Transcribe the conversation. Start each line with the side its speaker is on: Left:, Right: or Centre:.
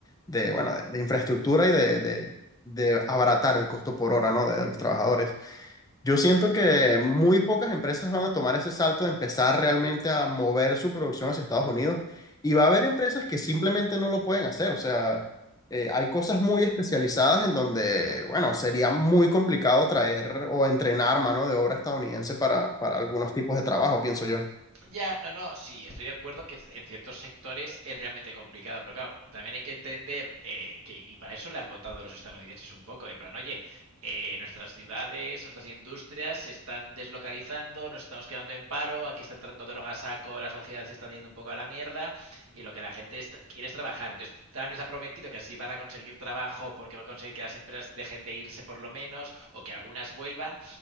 Left: de, bueno, de, de infraestructura y de, de, de abaratar el costo por hora, ¿no? De, de los trabajadores. Yo siento que muy pocas empresas van a tomar ese salto de empezar realmente a mover su producción hacia Estados Unidos y va a haber empresas que simplemente no lo pueden hacer. O sea, eh, hay cosas muy especializadas en donde, bueno, sería muy complicado traer o entrenar mano de obra estadounidense para, para algunos tipos de trabajo, pienso yo.
Right: Ya, no, no, sí, estoy de acuerdo que en ciertos sectores es realmente complicado, pero claro, también hay que entender eh, que, y para eso la han votado los estadounidenses un poco, de plan, oye, eh, nuestras ciudades, nuestras industrias se están deslocalizando, nos estamos quedando en paro, aquí está entrando droga a saco, las sociedades se están yendo un poco a la mierda, y lo que la gente est- quiere es trabajar. Entonces, Trump les ha prometido que así van a conseguir trabajo porque va a conseguir que las empresas dejen de irse por lo menos, o que algunas vuelvan,